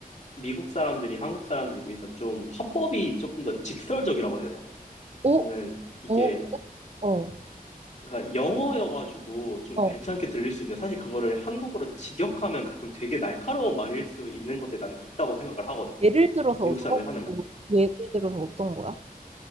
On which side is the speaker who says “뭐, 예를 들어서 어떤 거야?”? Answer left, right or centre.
Right